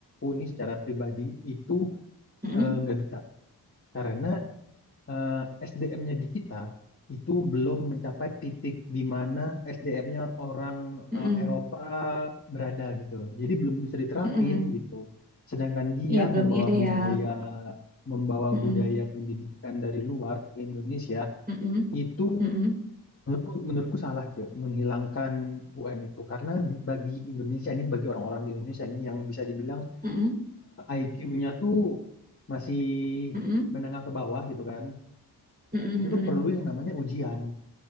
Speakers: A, on the left; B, on the right.
A: Uni secara pribadi itu
B: mm,
A: eh,
B: mm,
A: nggak bisa. Karena eh, SDM-nya di kita itu belum mencapai titik di mana SDM-nya orang
B: mm,
A: eh,
B: mm,
A: Eropa berada gitu. Jadi belum bisa diterapin
B: mm, mm.
A: gitu. Sedangkan dia
B: Ya, belum
A: membawa
B: ideal.
A: budaya membawa
B: Mm,
A: budaya pendidikan dari luar ke Indonesia
B: mm, mm,
A: itu
B: mm, mm,
A: menurutku, menurutku salah cuy menghilangkan UN itu karena di- bagi Indonesia nih bagi orang-orang di Indonesia nih yang bisa dibilang
B: mm,
A: IQ-nya tuh masih
B: mm, mm,
A: menengah ke bawah gitu kan
B: mm, mm,
A: itu tuh perlu
B: mm.
A: yang namanya ujian.